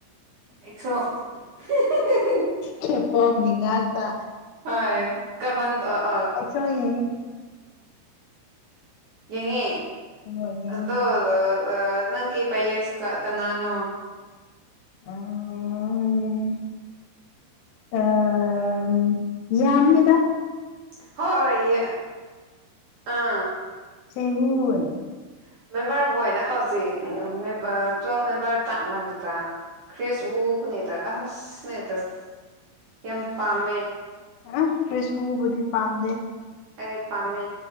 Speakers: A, on the right; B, on the left.
A: ꯑꯦꯛꯁꯣ <unintelligible>
B: ꯀꯦꯄꯣꯞꯀꯤ ꯉꯥꯛꯇ
A: ꯍꯣꯏ ꯀꯃꯟ ꯑ ꯑ <unintelligible>
B: ꯑꯩꯁꯨ ꯌꯦꯡꯉꯤ
A: ꯌꯦꯡꯉꯦ
B: ꯍꯣꯏ ꯌꯦꯡꯉꯤ
A: ꯑꯇꯣ ꯑꯥ ꯑꯥ ꯅꯪꯒꯤ ꯄꯥꯏꯌꯦꯁ ꯀ ꯀꯅꯥꯅꯣ
B: <unintelligible> ꯑꯝ ꯌꯥꯃꯤꯗ
A: ꯍꯣꯏ ꯑꯥ
B: <unintelligible>
A: <unintelligible> <unintelligible> <unintelligible> <unintelligible> ꯌꯥꯝ ꯄꯥꯝꯃꯦ
B: ꯎꯝ ꯀ꯭ꯔꯤꯁ ꯋꯨꯕꯨꯗꯤ ꯄꯥꯝꯗꯦ
A: ꯑꯦ ꯄꯥꯝꯃꯦ